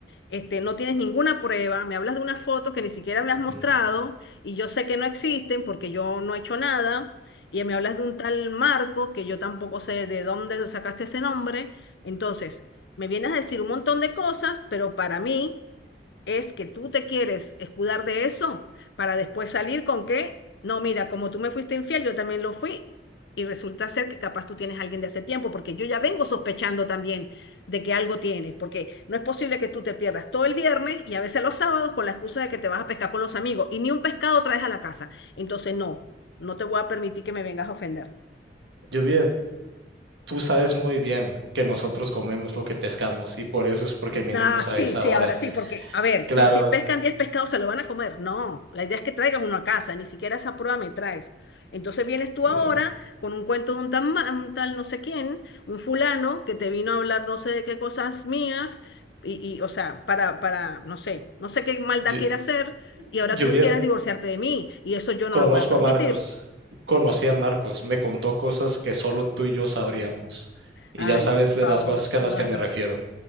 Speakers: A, on the left; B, on the right.
A: este, no tienes ninguna prueba, me hablas de unas fotos que ni siquiera me has
B: Ujú.
A: mostrado y yo sé que no existen porque yo no he hecho nada, y me hablas de un tal Marco que yo tampoco sé de dónde sacaste ese nombre, entonces me vienes a decir un montón de cosas, pero para mí es que tú te quieres escudar de eso para después salir con que, no, mira, como tú me fuiste infiel, yo también lo fui. Y resulta ser que capaz tú tienes a alguien de hace tiempo, porque yo ya vengo sospechando también de que algo tienes, porque no es posible que tú te pierdas todo el viernes y a veces los sábados con la excusa de que te vas a pescar con los amigos y ni un pescado traes a la casa. Entonces, no, no te voy a permitir que me vengas a ofender.
B: Lluvia, tú sabes muy bien que nosotros comemos lo que pescamos y por eso es porque
A: Nah,
B: vinimos
A: sí,
B: a esa
A: sí,
B: hora.
A: ahora sí, porque, a ver,
B: Claro,
A: si, si pescan 10 pescados, se lo van a comer. No, la idea es que traigas uno a casa, ni siquiera esa prueba me traes. Entonces vienes tú
B: yo
A: ahora
B: sé.
A: con un cuento de un, tan ma- un tal no sé quién, un fulano que te vino a hablar no sé de qué cosas mías, y, y, o sea, para, para, no sé, no sé qué maldad
B: Llu-
A: quiere hacer, y ahora
B: Lluvia,
A: tú quieres divorciarte de mí, y eso yo
B: conozco
A: no lo voy a permitir.
B: a Marcos, conocí a Marcos, me contó cosas que solo tú y yo sabríamos. Y
A: Ay,
B: ya sabes
A: por favor,
B: de las cosas que a las
A: no,
B: que me
A: no,
B: refiero.